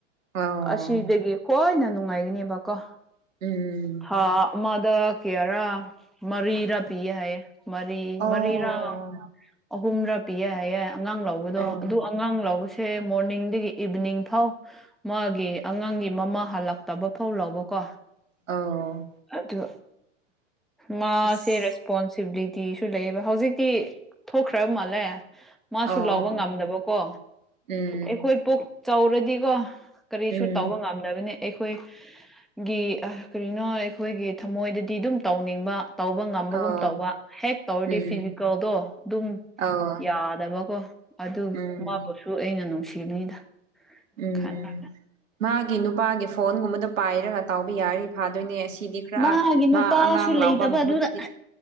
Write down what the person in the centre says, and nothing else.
ꯑꯁꯤꯗꯒꯤ ꯈꯣꯏꯅ ꯅꯨꯡꯉꯥꯏꯔꯤꯅꯦꯕ ꯀꯣ꯫
ꯊꯥ ꯑꯃꯗ ꯀꯥꯌꯥꯔ꯫ ꯃꯔꯤꯔꯥ ꯄꯤꯌꯦ ꯍꯥꯏꯌꯦ ꯃꯔꯤ
ꯃꯔꯤꯔꯥ ꯑꯍꯨꯝꯔꯥ ꯄꯤꯌꯦ ꯍꯥꯏꯌꯦ꯫ ꯑꯉꯥꯡ ꯂꯧꯕꯗꯣ
ꯑꯗꯨ ꯑꯉꯥꯡ ꯂꯧꯕꯁꯦ꯫ ꯑꯦ ꯃꯣꯔꯅꯤꯡꯗꯒꯤ ꯏꯚꯤꯅꯤꯡ ꯐꯥꯎ ꯃꯥꯒꯤ ꯑꯉꯥꯡꯒꯤ ꯃꯃꯥ ꯍꯜꯂꯛꯇꯕ ꯐꯥꯎ ꯂꯧꯕ꯫ ꯀꯣ
ꯑꯗꯨ꯫ ꯃꯥꯁꯦ
ꯔꯦꯁꯄꯣꯟꯁꯤꯕꯤꯂꯤꯇꯤꯁꯨ ꯂꯩꯌꯦꯕ ꯍꯧꯖꯤꯛꯇꯤ ꯊꯣꯛꯈ꯭ꯔ ꯃꯥꯜꯂꯦ꯫ ꯃꯥꯁꯨ
ꯂꯧꯕ ꯉꯝꯗꯕꯀꯣ
ꯑꯩꯈꯣꯏ ꯄꯣꯛ ꯆꯥꯎꯔꯗꯤꯀꯣ꯫ ꯀꯔꯤꯁꯨ
ꯇꯧꯕ ꯉꯝ꯫ ꯗꯕꯅꯤ ꯑꯩꯈꯣꯏ ꯒꯤ ꯑꯥ ꯀꯔꯤꯅꯣ ꯑꯩꯈꯣꯏꯒꯤ ꯊꯝꯃꯣꯏꯗꯗꯤ ꯑꯗꯨꯝ ꯇꯧꯅꯤꯡꯕ꯫ ꯇꯧꯕ ꯉꯝꯕꯒꯨꯝ
ꯇꯧꯕ ꯍꯦꯛ ꯇꯧꯔꯗꯤ
ꯐꯤꯖꯤꯀꯦꯜꯗꯣ ꯑꯗꯨꯝ꯫
ꯌꯥꯗꯕꯀꯣ ꯑꯗꯨ
ꯃꯥꯕꯨꯁꯨ ꯑꯩꯅ ꯅꯨꯡꯁꯤꯕꯅꯤꯗ꯫
ꯈꯟꯅ
ꯃꯥꯒꯤ ꯅꯨꯄꯥꯁꯨ
ꯂꯩꯇꯕ
ꯑꯗꯨꯗ